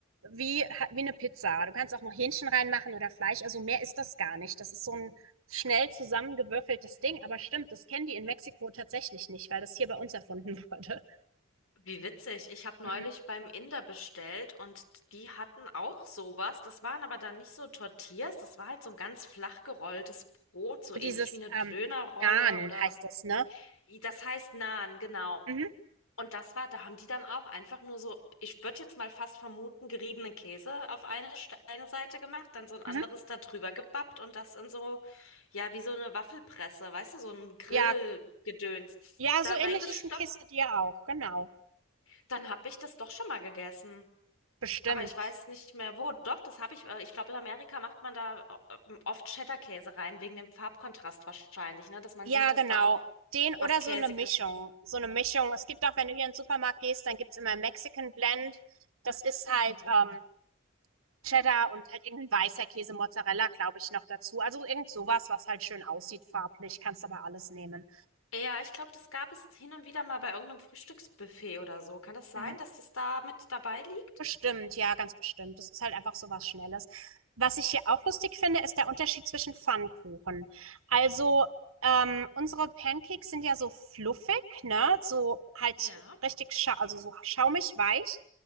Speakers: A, on the right (about 80°); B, on the left (about 85°).
A: wie, wie eine Pizza. Du kannst auch noch Hähnchen reinmachen oder Fleisch. Also mehr ist das gar nicht. Das ist so ein schnell zusammengewürfeltes Ding. Aber stimmt, das kennen die in Mexiko tatsächlich nicht, weil das hier bei uns erfunden <laughs> wurde.
B: Wie witzig. Ich habe neulich
A: Mhm.
B: beim Inder bestellt und die hatten auch sowas. Das waren aber dann nicht so Tortillas, das war halt so ein ganz flach gerolltes Brot, so ähnlich
A: Dieses
B: wie eine Dönerrolle
A: ähm, Naan
B: oder
A: heißt das, ne?
B: das heißt Naan, genau.
A: Mhm.
B: Und das war, da haben die dann auch einfach nur so, ich würde jetzt mal fast vermuten, geriebenen Käse auf eine, Ste- eine Seite gemacht, dann so ein anderes
A: Mhm.
B: da drüber gebappt und das in so, ja, wie so eine Waffelpresse, weißt du, so ein Grillgedöns,
A: Ja, ja,
B: da
A: so
B: reingestopft.
A: ähnlich ist ein Quesadilla auch, genau.
B: Dann habe ich das doch schon mal gegessen.
A: Bestimmt.
B: Aber ich weiß nicht mehr wo. Doch, das habe ich. äh, Ich glaube, in Amerika macht man da äh, oft Cheddar-Käse rein, wegen dem Farbkontrast wahrscheinlich, ne? Dass man
A: Ja,
B: sieht, dass
A: genau.
B: da auch
A: Den oder
B: was Käsiges.
A: so eine Mischung. So eine Mischung. Es gibt auch, wenn du hier in den Supermarkt gehst, dann gibt's immer Mexican Blend. Das ist halt ähm, Cheddar und halt irgendein weißer Käse, Mozzarella, glaube ich, noch dazu. Also irgend sowas, was halt schön aussieht farblich. Kannst aber alles nehmen.
B: Ja, ich glaube, das gab es hin und wieder mal bei irgendeinem Frühstücksbuffet oder so. Kann das sein,
A: Mhm.
B: dass das da mit dabei liegt?
A: Bestimmt, ja, ganz bestimmt. Das ist halt einfach so was Schnelles. Was ich hier auch lustig finde, ist der Unterschied zwischen Pfannkuchen. Also, ähm, unsere Pancakes sind ja so fluffig, ne? So halt
B: Ja,
A: richtig, scha also so schaumig weich.